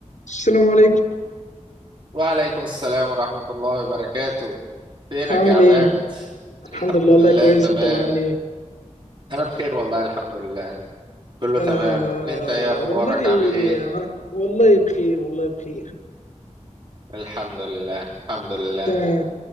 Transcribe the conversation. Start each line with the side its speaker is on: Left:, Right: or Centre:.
Left: السلام عليكم
Right: وعليكم السلام ورحمة الله وبركاته فينك
Left: عامل
Right: يا عماد
Left: ايه
Right: الحمد
Left: الحمد لله والله
Right: لله
Left: كويس
Right: تمام
Left: انت اللي عامل ايه
Right: أنا بخير والله الحمد لله كله
Left: آه
Right: تمام أنت إيه أخبارك
Left: والله
Right: عامل إيه
Left: انا لك- والله بخير والله بخير
Right: الحمد لله الحمد لله
Left: تمام